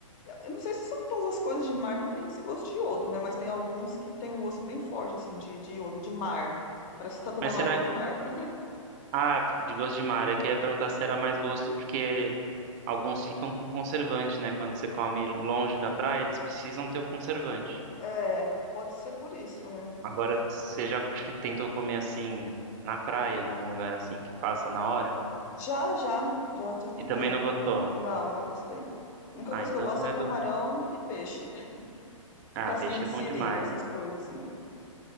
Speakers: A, on the left; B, on the right.
A: Eu não sei se são todas as coisas de mar que tem esse gosto de iodo, né? Mas tem alguns que tem um gosto bem forte, assim, de, de iodo, de mar. Parece que tá tomando
B: Mas será.
A: água do mar. <laughs>
B: Ah, de gosto de mar. Eu queria perguntar se era mais gosto porque alguns ficam com conservante, né? Quando você come longe da praia, eles precisam ter o conservante.
A: É, pode ser por isso, né?
B: Agora, você já <laughs> tentou comer assim na praia, em algum lugar assim que faça na hora?
A: Já, já, já, já tentei.
B: E também não gostou?
A: Não, não gostei. A única
B: Ah,
A: coisa
B: então
A: que eu gosto
B: não
A: é
B: é
A: camarão
B: do.
A: e peixe.
B: Ah,
A: E casquinha
B: peixe
A: de
B: é bom
A: siri,
B: demais.
A: essas coisas, assim.